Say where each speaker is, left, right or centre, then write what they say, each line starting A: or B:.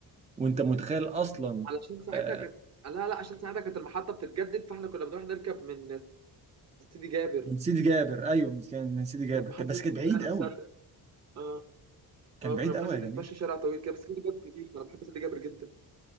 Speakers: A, on the right (about 20°); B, on the right (about 40°).
A: وانت متخيل اصلا
B: علشان ساعتها
A: آه
B: كانت لا لا عشان ساعتها كانت المحطه بتتجدد فاحنا كنا بنروح نركب من سيدي جابر
A: من سيدي جابر ايوه من سيدي من سيدي جابر
B: كانت محطه
A: كان بس
B: اسكندريه
A: كان بعيد قوي
B: نفسها بت- اه
A: كان
B: اه
A: بعيد
B: كنا بننزل
A: قوي يا جميل
B: نتمشى شارع طويل كده بس سيدي جابر جديد انا بحب سيدي جابر جدا